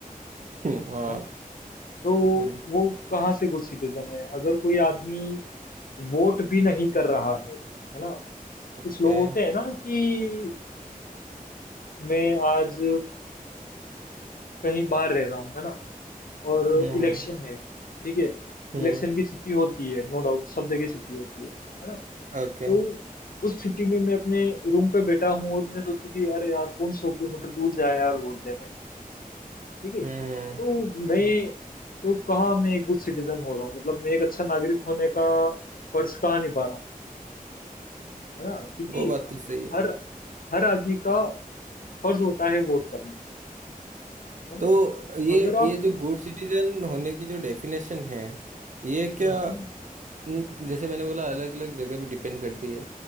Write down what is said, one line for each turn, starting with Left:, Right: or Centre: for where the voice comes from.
Right: हम्म, हाँ
Left: है ना तो
Right: हम्म
Left: वो कहाँ से गुड सिटीजन है अगर कोई आदमी वोट भी नहीं कर रहा है है ना
Right: ओके
Left: कुछ लोग होते हैं ना कि मैं आज कहीं बाहर रह रहा हूँ है ना और
Right: हम्म हम्म
Left: इलेक्शन है ठीक है
Right: हम्म,
Left: इलेक्शन की छुट्टी होती है नो डाउट सब जगह छुट्टी होती है है ना
Right: ओके
Left: तो उस छुट्टी में मैं अपने रूम पे बैठा हूँ और मैं सोचूं कि अरे यार कौन सौ किलोमीटर दूर जाए यार वोट देने ठीक है
Right: हम्म
Left: तो मैं
Right: हम्म,
Left: तो कहाँ मैं एक गुड सिटीजन हो रहा हूँ मतलब मैं एक अच्छा नागरिक होने का फर्ज कहाँ निभा रहा हूँ है ना क्योंकि
Right: वो बात तो सही है
Left: हर हर आदमी का फर्ज होता है वोट करना है ना
Right: तो ये
Left: अगर आप
Right: ये जो गुड सिटीजन होने की जो डेफिनेशन है ये क्या
Left: हम्म हम्म,
Right: हम्म, जैसे मैंने बोला अलग अलग जगह भी डिपेंड करती है